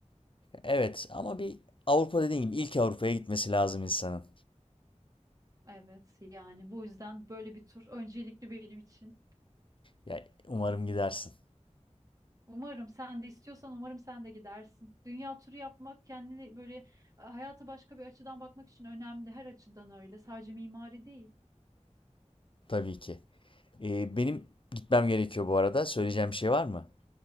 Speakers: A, on the left; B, on the right.
A: Evet ama bir Avrupa dediğin gibi ilk Avrupa'ya gitmesi lazım insanın.
B: Evet yani bu yüzden böyle bir tur öncelikli benim için.
A: Ya umarım gidersin.
B: Umarım sen de istiyorsan umarım sen de gidersin. Dünya turu yapmak kendini böyle e, hayata başka bir açıdan bakmak için önemli her açıdan öyle sadece mimari değil.
A: Tabii ki. Ee, benim gitmem gerekiyor bu arada. Söyleyeceğim bir şey var mı?